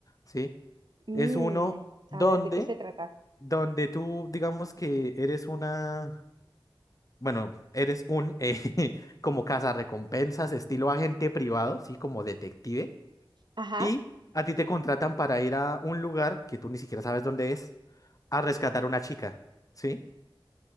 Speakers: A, on the left; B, on the right.
A: ¿sí?
B: Mm,
A: Es uno
B: a
A: donde,
B: ver, ¿de qué se trata?
A: donde tú, digamos que eres una, bueno, eres un, <laughs> eh, como cazarrecompensas, estilo agente privado, ¿sí? Como detective
B: Ajá.
A: Y a ti te contratan para ir a un lugar que tú ni siquiera sabes dónde es, a rescatar a una chica, ¿sí?